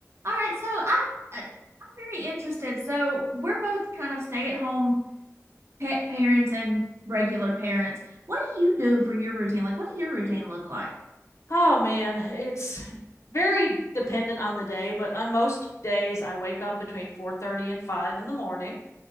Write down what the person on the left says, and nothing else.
Oh man, it's very dependent on the day, but on most days I wake up between 4:30 and 5 in the morning.